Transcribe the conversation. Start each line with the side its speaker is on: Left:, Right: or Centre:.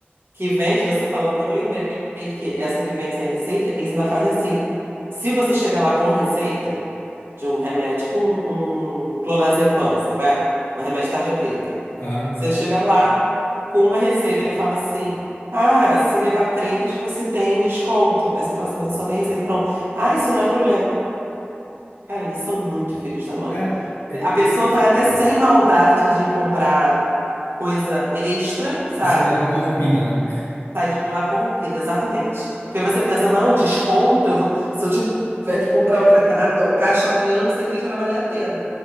Right: que vende, você falou agora, eu lembrei que essa que vende sem receita, eles ainda fazem assim. Se você chegar lá com receita de um remédio, tipo um, um clonazepam, sabe qual é? Um remédio de tarja preta.
Left: Aham.
Right: Você chega lá com uma receita, ele fala assim: Ah, se levar três, você tem desconto. Aí você fala assim, mas eu só tenho receita para um. Ah, isso não é problema. Cara, eles são muito filhos da mãe.
Left: É, e,
Right: A pessoa
Left: e-
Right: vai até sem maldade de comprar coisa extra, sabe?
Left: e sai de lá corrompida, né?
Right: sai de lá corrompida, exatamente. Porque
Left: <laughs>
Right: você pensa, não, desconto, eu vou, se eu tiver que comprar outra ca- caixa amanhã, não sei o que, já vai valer a pena.